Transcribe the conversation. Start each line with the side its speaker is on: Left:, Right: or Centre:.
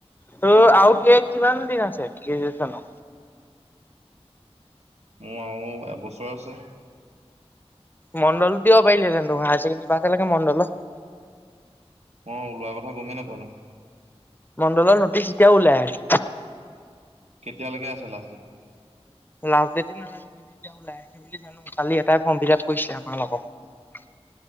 Left: ত আৰু কি কিমান দিন আছে কিজছনো?
Right: মোৰ আৰু এবছৰ আছে।
Left: মণ্ডলো দিব পাৰিলেহেনো হায়াৰ চছেকেণ্ডী পাছকে মণ্ডল।
Right: মই ওলোৱা কথা গমেই নাপাল নহয়।
Left: মণ্ডলৰ নটিচ এতিয়া ওলাই আছে।
Right: কেতিয়ালৈকে আছে লাষ্ট ডেট।
Left: লাষ্ট ডেটে নহলেমি কিন্ত যাও লাই বুলি জানো। কালি এটাই ফৰ্ম ফিল আপ কৰিছিলে আমাৰ লগত।